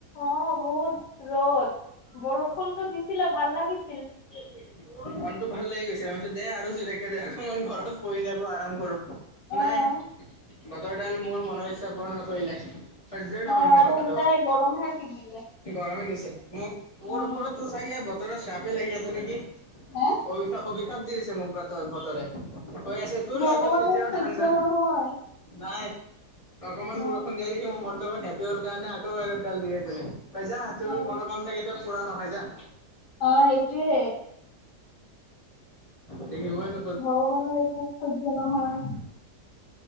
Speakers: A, on the left; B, on the left.
A: অঁ বহুত ৰ'দ বৰষুণতটো দিছিলে ভাল লাগিছ
B: <unintelligible> মনতটো ভাল লাগি গৈছে, ত মই কৈছোঁ দে আৰু জোৰেকে দে অকমান ঘৰত বহি থাকো আৰাম কৰো।
A: অ
B: নাই বতৰ ডাল মোৰ মনৰ ইচ্ছা পূৰণ নকৰিলে। সহ্যই নহ'ল
A: অ'
B: মোৰ
A: আৰু
B: কথাটো
A: উলটাই গৰমহে দি দিলে।
B: গৰমে দিছে মোক মোৰ
A: উম
B: ওপৰত তো চাগে বতৰত শ্ৰাপে লাগি আছে নেকি।
A: হে
B: অভিশা অভিশাপ দি দিছে মোক বতৰ বতৰে। কৈ আছে তোৰ
A: ভগৱানৰ
B: লাইফত কেতিয়াও
A: সহ্য
B: ঠাণ্ডা
A: নহয়
B: নাই অকমান
A: অ
B: বৰষুণ দিয়া দেখি মোৰ মনটো অকমান হেপি হ'ল কাৰণে আকৌ ৰ'দ ডাল দি এ দিলে। তই যা তোৰ
A: অ
B: মনোকামনা কেতিয়া পুৰা নহয় যা।
A: অ' সেইটোয়ে।
B: দেখিবই নো
A: ভগবানৰ এটো সহ্য নহয়।